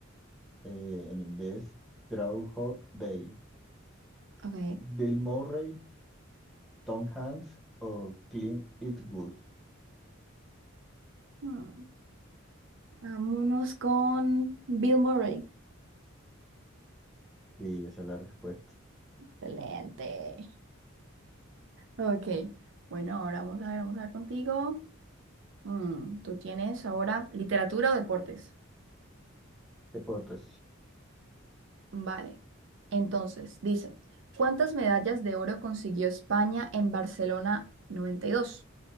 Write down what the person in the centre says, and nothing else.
Eh, en inglés, Groundhog Day.
¿Bill Murray, Tom Hanks o Clint Eastwood?
Sí, esa es la respuesta.
Deportes.